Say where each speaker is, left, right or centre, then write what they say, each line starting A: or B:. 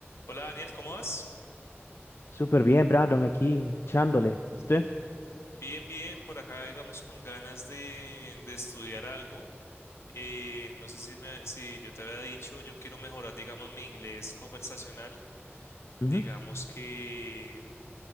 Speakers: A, on the left; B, on the left.
A: Hola Daniel, ¿cómo vas?
B: Súper bien, Brandon, aquí echándole. ¿Usted?
A: Bien, bien, por acá digamos con ganas de, de estudiar algo. Eh, no sé si, me- si yo te había dicho, yo quiero mejorar digamos mi inglés conversacional.
B: Ujú,
A: Digamos que